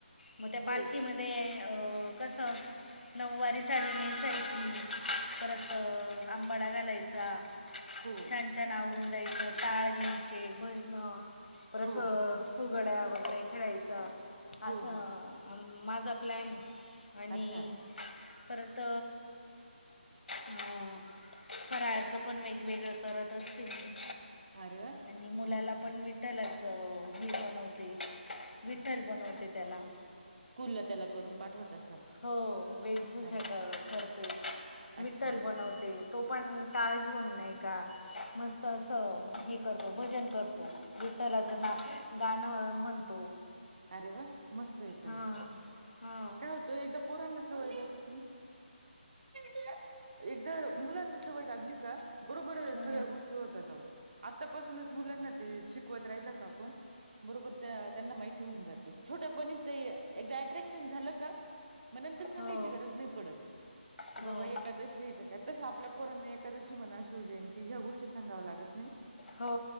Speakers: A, on the left; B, on the right.
A: मग त्या
B: हो
A: पालखीमध्ये अ कसं- नऊवारी साडी नेसायची परत आंबाडा घालायचा.
B: हो
A: छान छान आवरून जायचं टाळ घ्यायचे भजन परत-
B: हो हो
A: फुगड्या वगैरे खेळायचा
B: हो
A: असं
B: हो
A: माझा प्लॅन ये. आणि
B: अच्छा
A: परत हा फराळ च पण वेगवेगळं करत असते मी-
B: अरे वा
A: आणि मुलाला
B: मस्त
A: पण विठ्ठलाच ही बनवते. विठ्ठल बनवते त्याला.
B: स्कूल ला त्याला करून पाठवत. असाल
A: होहो वेशभूषा
B: अरे
A: क करते
B: अच्छा
A: विठ्ठल बनवते. तो पण टाळ घेऊन नाही का मस्त असं हे- करतो भजन करतो विठ्ठलाच
B: अ-
A: ना गाणं म्हणतो.
B: अरे वा मस्त आहे चला
A: हां हां
B: काय होतं एकदा पोरांना सवय हम् तुला एकदा मुलांना सवय लागली का, बरोबर
A: हां
B: सगळ्या गोष्टी होतात आहो, आत्तापासूनच मुलांना ते शिकवत राहिलं का आपण- बरोबर त्यांना माहिती होऊन जातं, छोट्यापणीच एकदा अट्रॅक्ट- झाल का म नंतर सांगायची
A: हो
B: गरज नाही पडत, की
A: हो
B: बाबा एकादशी- काय तसं आपल्या पोरांने एखादशी मना शिवजयंती ह्या गोष्टी सांगाव्या लागत- नाही
A: हो